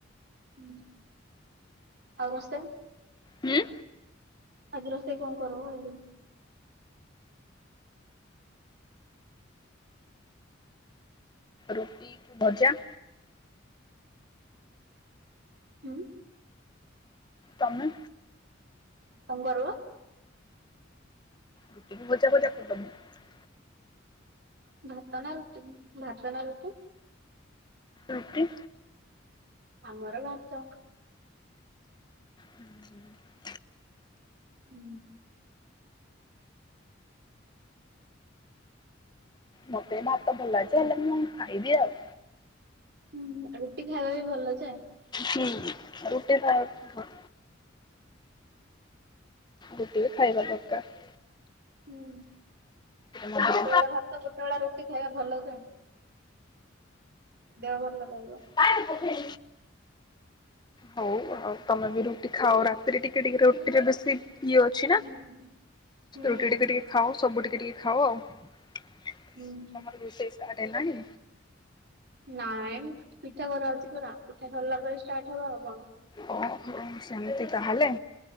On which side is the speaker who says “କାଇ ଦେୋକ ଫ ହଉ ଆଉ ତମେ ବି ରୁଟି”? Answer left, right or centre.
Left